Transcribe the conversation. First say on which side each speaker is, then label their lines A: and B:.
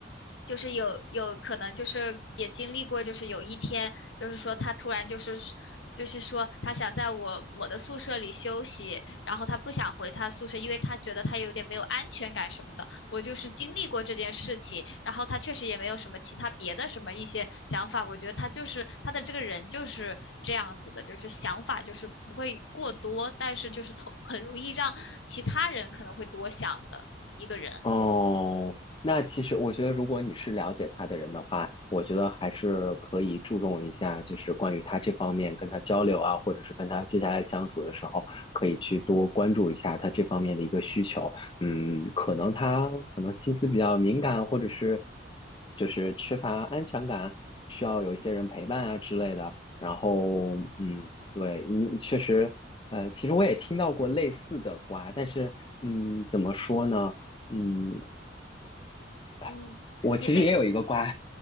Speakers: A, on the left; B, on the left.
A: 就是有有可能就是也经历过，就是有一天就是说他突然就是就是说他想在我我的宿舍里休息，然后他不想回他宿舍，因为他觉得他有点没有安全感什么的。我就是经历过这件事情，然后他确实也没有什么其他别的什么一些想法。我觉得他就是他的这个人就是这样子的，就是想法就是不会过多，但是就是头很容易让其他人可能会多想的一个人。
B: 哦，那其实我觉得，如果你是了解他的人的话，我觉得还是可以注重一下，就是关于他这方面跟他交流啊，或者是跟他接下来相处的时候，可以去多关注一下他这方面的一个需求。嗯，可能他可能心思比较敏感，或者是就是缺乏安全感，需要有一些人陪伴啊之类的。然后，嗯，对，你确实。呃，其实我也听到过类似的瓜，但是，嗯，怎么说呢？嗯，哎，
A: 嗯，
B: 我其实也有一个瓜，
A: 你累，